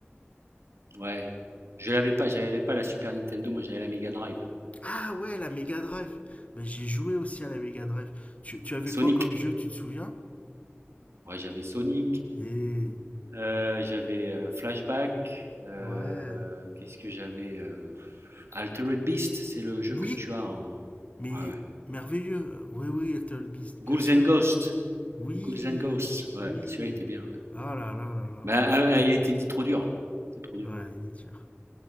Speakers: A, on the right; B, on the left.
A: Ouais. Je l'avais pas, j'avais pas la Super Nintendo, moi j'avais la Mega Drive.
B: Ah ouais, la Mega Drive. Ben, j'ai joué aussi à la Mega Drive. Tu, tu avais
A: Sonic.
B: quoi comme jeu, tu te souviens?
A: Ouais, j'avais Sonic.
B: Eh,
A: euh, j'avais euh, Flashback. euh,
B: ouais.
A: qu'est-ce que j'avais euh, Altered Beast, c'est le jeu
B: Oui,
A: que tu as en.
B: mais
A: Ouais, ouais.
B: merveilleux. Oui, oui, Little Beast, bien
A: Ghouls
B: sûr.
A: and Ghosts.
B: Oui,
A: Ghouls and Ghosts. Ouais,
B: oui.
A: celui-là était bien. ouais.
B: Ah là là là là.
A: Bah,
B: Ouais,
A: euh, euh, il était dit trop dur. C'était trop dur.
B: Ouais, il est dur.